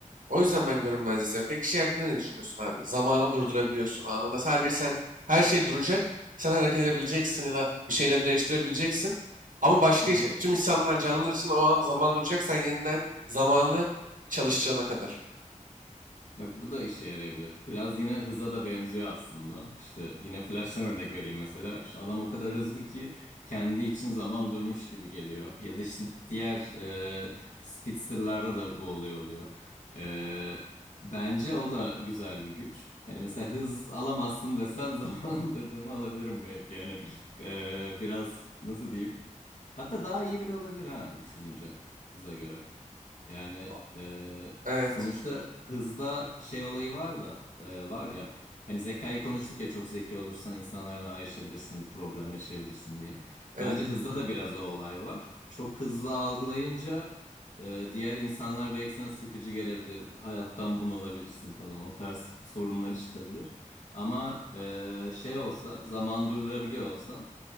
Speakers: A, on the right; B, on the left.
A: O yüzden ben görünmezliği seviyorum. Peki şey hakkında ne düşünüyorsun abi? Zamanı durdurabiliyorsun anında. Sadece sen her şey duracak. Sen hareket edebileceksin ya da bir şeyleri değiştirebileceksin. Ama başka
B: hı.
A: hiç- tüm insanlar canlılar için o an zaman duracak. Sen yeniden zamanı çalıştırana kadar.
B: Bak bu da işe yarayabilir. Biraz yine hıza da benziyor aslında. İşte yine Flash'tan örnek vereyim mesela. İşte adam o kadar hızlı ki kendi için zaman durmuş gibi geliyor. Ya da işte diğer e, Speedster'larda da bu olay oluyor. E, bence o da güzel bir güç. Hani mesela hız alamazsın desen <laughs> zaman durdurma alabilirim belki. Yani e, biraz nasıl diyeyim? Hatta daha iyi bile olabilir ha düşününce hıza göre. Yani
A: A-
B: e,
A: Evet,
B: sonuçta hızda şey olayı var da e, var ya hani zekayı konuştuk ya çok zeki olursan insanlardan ayrışabilirsin, problem yaşayabilirsin diye.
A: evet.
B: Bence hızda da biraz o olay var. Çok hızlı algılayınca e, diğer insanlar belki sana sıkıcı gelebilir, hayattan bunalabilirsin falan o tarz sorunları çıkabilir. Ama e, şey olsa zaman durdurabiliyor olsan